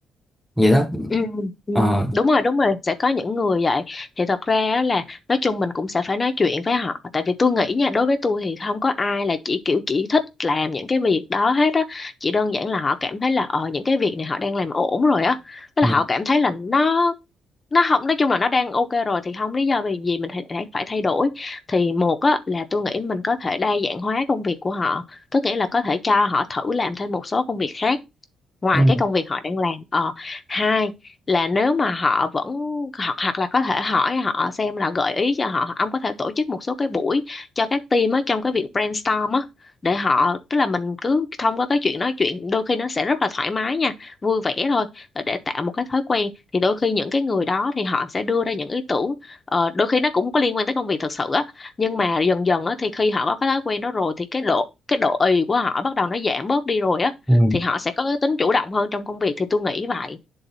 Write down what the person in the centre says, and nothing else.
vậy đó
Ờ,
ừ,
ừ,
ừ,